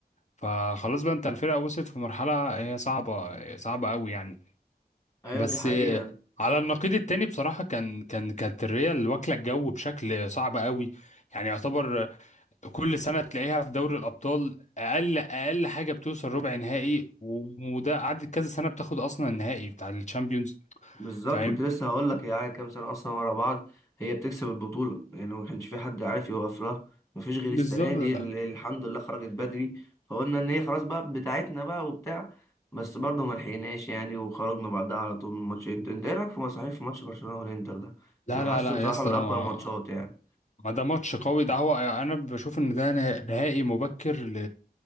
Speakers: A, on the left; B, on the left.
A: فخلاص بقى انت الفرقه وصلت في مرحله هي صعبه صعبه قوي يعني
B: ايوه
A: بس
B: دي حقيقة
A: آه، على النقيض التاني بصراحه كان كان كانت الريال واكله الجو بشكل صعب قوي يعني يعتبر كل سنة تلاقيها في دوري الأبطال أقل أقل حاجة بتوصل ربع نهائي و- وده قعدت كذا سنة بتاخد أصلا النهائي بتاع الشامبيونز
B: بالظبط
A: فاهم
B: كنت لسه هقول لك هي قاعدة كام سنة اصلا ورا بعض هي بتكسب البطولة يعني ما كانش في حد عارف يوقف لها مفيش غير
A: بالظبط
B: السنة دي اللي الحمد لله خرجت بدري فقلنا ان هي خلاص بقى بتاعتنا بقى وبتاع بس برضه ما لحقناش يعني وخرجنا بعدها على طول من ماتش انتر انت ايه رايك في مصاريف في ماتش برشلونة والانتر ده
A: لا
B: يعني حاسه
A: لا لا
B: بصراحة
A: يا اسطى
B: من
A: ده
B: اقوى
A: ما
B: الماتشات يعني
A: ما ده ماتش قوي ده هو أنا بشوف إن ده نه- نهائي مبكر ل...